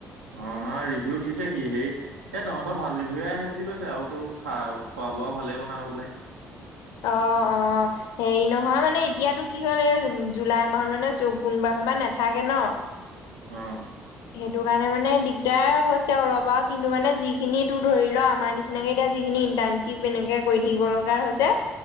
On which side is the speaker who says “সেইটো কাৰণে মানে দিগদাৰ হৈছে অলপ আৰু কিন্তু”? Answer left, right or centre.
Left